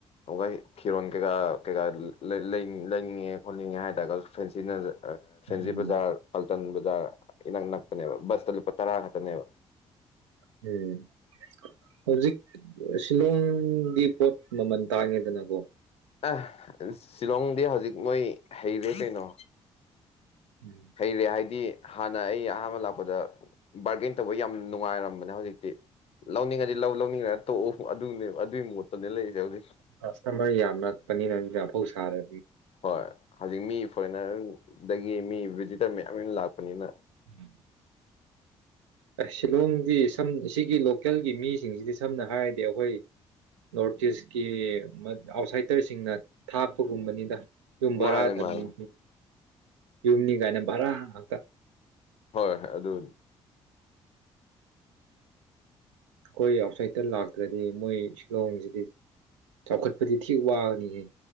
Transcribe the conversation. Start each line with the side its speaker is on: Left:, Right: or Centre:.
Left: ꯑꯃꯨꯛ ꯐꯤꯔꯣꯟ ꯀꯩꯀꯥ ꯀꯩꯀꯥ ꯂꯩꯅꯤꯡꯉꯦ ꯈꯣꯠꯅꯤꯡꯉꯦ ꯍꯥꯏꯇꯥꯔꯒ ꯐꯦꯟꯁꯤ ꯐꯦꯟꯁꯤ
Right: ꯎꯝ
Left: ꯕꯖꯥꯔ ꯇꯟ ꯕꯖꯥꯔ ꯏꯅꯛ ꯅꯛꯄꯅꯦꯕ ꯕꯁꯇ ꯂꯨꯄꯥ ꯇꯔꯥ ꯈꯛꯇꯅꯦꯕ
Right: ꯎꯝ ꯍꯧꯖꯤꯛ ꯁꯤꯂꯣꯡꯒꯤ ꯄꯣꯠ ꯃꯃꯜ ꯇꯥꯡꯉꯦꯗꯅꯀꯣ
Left: ꯑ ꯁꯤꯂꯣꯡꯗꯤ ꯍꯧꯖꯤꯛ ꯃꯣꯏ ꯍꯩꯔꯦ ꯀꯩꯅꯣ
Right: ꯎꯝ
Left: ꯍꯩꯔꯦ ꯍꯥꯏꯗꯤ ꯍꯥꯟꯅ ꯑꯩ ꯑꯍꯥꯟꯕ ꯂꯥꯛꯄꯗ ꯕꯥꯔꯒꯦꯟ ꯇꯧꯕ ꯌꯥꯝ ꯅꯨꯡꯉꯥꯏꯔꯝꯕꯅꯦ ꯍꯧꯖꯤꯛꯇꯤ ꯂꯧꯅꯤꯡꯉꯗꯤ ꯂꯧ ꯂꯧꯅꯤꯡꯉ ꯇꯣꯛꯎ ꯑꯗꯨꯅꯦ ꯑꯗꯨꯒꯤ ꯃꯣꯠꯇꯅꯦ ꯂꯩꯔꯤꯁꯦ ꯍꯧꯖꯤꯛ
Right: ꯀꯁꯇꯃꯔ ꯌꯥꯝꯂꯛ ꯄꯅꯤꯅ ꯑꯐꯥꯎ ꯁꯔꯦ
Left: ꯍꯣꯏ ꯍꯧꯖꯤꯛ ꯃꯤ ꯐꯣꯔꯦꯟꯅꯔꯗꯒꯤ ꯃꯤ ꯚꯤꯖꯤꯇꯔ ꯃꯌꯥꯝ ꯂꯥꯛꯄꯅꯤꯅ
Right: ꯎꯝ ꯁꯤꯂꯣꯡꯗꯤ ꯁꯝ ꯁꯤꯒꯤ ꯂꯣꯀꯦꯜꯒꯤ ꯃꯤꯁꯤꯡꯁꯤꯗꯤ ꯁꯝꯅ ꯍꯥꯏꯔꯗꯤ ꯑꯩꯈꯣꯏ ꯅꯣꯔꯠ ꯏꯁꯀꯤ ꯑꯥꯎꯠꯁꯥꯏꯗꯔꯁꯤꯡꯅ ꯊꯥꯛꯄꯒꯨꯝꯕꯅꯤꯗ ꯌꯨꯝ ꯚꯔꯥ
Left: ꯃꯥꯅꯦ
Right: ꯊꯝ
Left: ꯃꯥꯅꯦ
Right: ꯑ ꯌꯨꯝꯅꯤ ꯀꯥꯏꯅ ꯚꯔꯥ ꯉꯥꯛꯇ
Left: ꯍꯣꯏ ꯍꯣꯏ ꯑꯗꯨ
Right: ꯑꯩꯈꯣꯏ ꯑꯥꯎꯠꯁꯥꯏꯗꯠꯇ ꯂꯥꯛꯇ꯭ꯔꯗꯤ ꯃꯣꯏ ꯁꯤꯂꯣꯡꯁꯤꯗꯤ ꯆꯥꯎꯈꯠꯄꯗꯤ ꯊꯤ ꯋꯥꯅꯤꯍꯦ